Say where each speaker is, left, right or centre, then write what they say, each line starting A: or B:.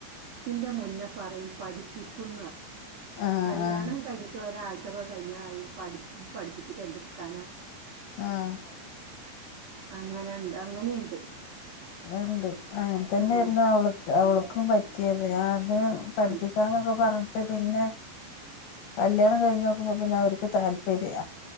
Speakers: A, on the right; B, on the left.
A: ത്തിന്റെ മുന്നേ പറയും പഠിപ്പിക്കും
B: ആഹ്
A: കല്യാണം
B: ആഹ്
A: കഴിഞ്ഞിട്ട് ഒരാഴ്ച ഇൊക്കെ കഴിഞ്ഞാ അറിയ പഠി പഠിച്ചിട്ട് എന്ത് കിട്ടാനാ
B: ആഹ
A: അങ്ങനെയുണ്ട് അങ്ങനെയുണ്ട്
B: അത്ണ്ട് അങ്ങെ തന്നൊയിരുന്നു
A: ഉം
B: അവൾക്ക് അവൾക്കും പറ്റിയത് അത് പഠിപ്പിക്കാന്നൊക്കെ
A: ഉം
B: പറഞ്ഞിട്ട് പിന്നെ കല്യാണം കഴിഞ്ഞഞ് നോക്കുമ്പോ പിന്നെ അവർക്ക് താല്പര്യം